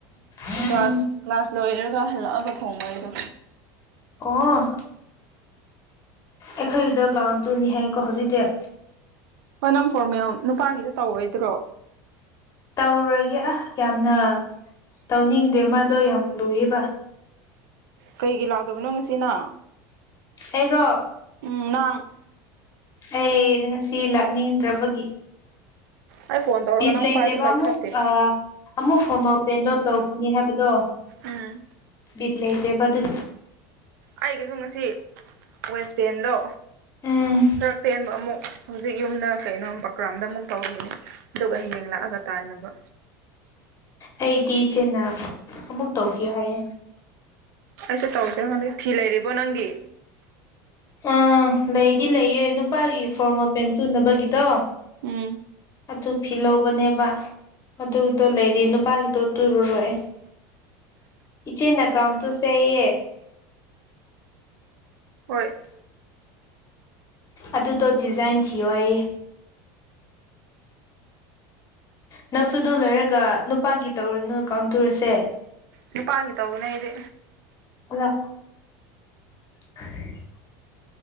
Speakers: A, on the left; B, on the right.
A: ꯎꯝ
B: ꯀ꯭ꯂꯥꯁ ꯀ꯭ꯂꯥꯁ ꯂꯣꯏꯔꯒ ꯍꯜꯂꯑꯒ ꯊꯣꯡꯕ ꯑꯩꯗꯣ
A: ꯑꯣ ꯑꯩꯈꯣꯏꯒꯤꯗꯣ ꯒꯥꯎꯟ ꯇꯨꯅꯤ ꯍꯥꯏꯌꯦꯀꯣ ꯍꯧꯖꯤꯛꯇꯤ
B: ꯍꯣꯏ ꯅꯪ ꯐꯣꯔꯃꯦꯜ ꯅꯨꯄꯥꯒꯤꯗꯣ ꯇꯧꯔꯣꯏꯗ꯭ꯔꯣ
A: ꯇꯧꯔꯣꯏꯒꯦ ꯑꯥ ꯌꯥꯝꯅ ꯇꯧꯅꯤꯡꯗꯦ ꯃꯥꯗꯣ ꯌꯥꯝ ꯂꯨꯌꯦꯕ
B: ꯀꯩꯒꯤ ꯂꯥꯛꯇꯕꯅꯣ ꯉꯁꯤ ꯅꯪ
A: ꯑꯩꯔꯣ
B: ꯎꯝ ꯅꯪ
A: ꯑꯩ ꯉꯁꯤ ꯂꯥꯛꯅꯤꯡꯗ꯭ꯔꯕꯒꯤ
B: ꯑꯩ ꯐꯣꯟ ꯇꯧꯔꯒ
A: ꯕꯤꯠ
B: ꯅꯪ
A: ꯂꯩꯇꯦꯕ
B: ꯄꯥꯏꯁꯨ ꯄꯥꯏꯈꯠꯇꯦ
A: ꯑꯃꯨꯛ ꯑꯥ ꯑꯃꯨꯛ ꯐꯣꯔꯃꯜ ꯄꯦꯟꯗꯣ ꯇꯧꯈꯤꯅꯤ ꯍꯥꯏꯕꯗꯣ
B: ꯎꯝ
A: ꯕꯤꯠ ꯂꯩꯇꯦꯕ ꯗꯨꯒꯤ
B: ꯑꯩꯒꯤꯖꯨ ꯉꯁꯤ ꯋꯦꯁ ꯄꯦꯟꯗꯣ
A: ꯎꯝ
B: ꯈꯔ ꯇꯦꯟꯕ ꯑꯃꯨꯛ ꯍꯧꯖꯤꯛ ꯌꯨꯝꯗ ꯀꯩꯅꯣ ꯕꯀ꯭ꯔꯥꯝꯗ ꯑꯃꯨꯛ ꯇꯧꯒꯤꯅꯤ ꯑꯗꯨꯒ ꯍꯌꯦꯡ ꯂꯥꯛꯑꯒ ꯇꯥꯏꯅꯕ
A: ꯑꯩꯗꯤ ꯏꯆꯦꯅꯥ ꯑꯃꯨꯛ ꯇꯧꯈꯤꯌꯣ ꯍꯥꯏꯌꯦ
B: ꯑꯩꯁꯨ ꯇꯧꯁꯤꯔꯥ ꯈꯪꯗꯦ ꯐꯤ ꯂꯩꯔꯤꯕꯣ ꯅꯪꯒꯤ
A: ꯑꯥ ꯂꯩꯗꯤ ꯂꯩꯌꯦ ꯅꯨꯄꯥꯒꯤ ꯐꯣꯔꯃꯦꯜ ꯄꯦꯟ ꯇꯨꯅꯕꯒꯤꯗꯣ
B: ꯎꯝ
A: ꯑꯗꯨ ꯐꯤ ꯂꯧꯕꯅꯦꯕ ꯑꯗꯨꯗꯣ ꯂꯩꯔꯤ ꯅꯨꯄꯥꯒꯤꯗꯣ ꯇꯨꯔꯨꯔꯣꯏꯑꯦ ꯏꯆꯦꯅ ꯒꯥꯎꯟ ꯇꯨꯁꯦꯌꯦ
B: ꯍꯣꯏ
A: ꯑꯗꯨꯗꯣ ꯗꯤꯖꯥꯏꯟ ꯊꯤꯌꯣ ꯍꯥꯏꯌꯦ ꯅꯪꯁꯨ ꯑꯗꯨ ꯂꯣꯏꯔꯒ ꯅꯨꯄꯥꯒꯤ ꯇꯧꯔꯨꯅꯨ ꯒꯥꯎꯟ ꯇꯨꯔꯁꯦ
B: ꯅꯨꯄꯥꯒꯤ ꯇꯧꯕꯅꯦ ꯑꯩꯗꯤ
A: <unintelligible> <inaudible>